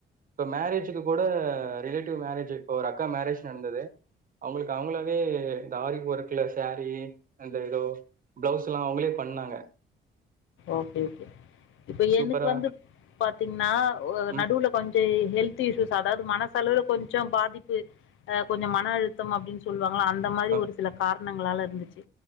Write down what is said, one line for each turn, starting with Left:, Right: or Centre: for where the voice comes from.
Right: இப்போ மேரேஜுக்கு கூட ரிலேட்டிவ் மேரேஜ் இப்போ ஒரு அக்கா மேரேஜ் நடந்தது அவங்களுக்கு அவங்களாவே இந்த ஆரி ஒர்க்கல சாரீ அந்த ஏதோ பிளவுஸ் எல்லாம் அவங்களே பண்ணாங்க
Left: ஓகே ஓகே இப்ப
Right: சூப்பரா
Left: எனக்கு வந்து பாத்தீங்கன்னா ஒ
Right: ம்
Left: நடுவுல கொஞ்சம் ஹெல்த் அதாது மன செலவுல கொஞ்சம் பாதிப்பு கொஞ்சம் மன அழுத்தம் அப்டின்னு சொல்லுவாங்க அந்த மாதிரி
Right: அ
Left: ஒரு சில காரணங்ளா ங்களால இருந்துச்சு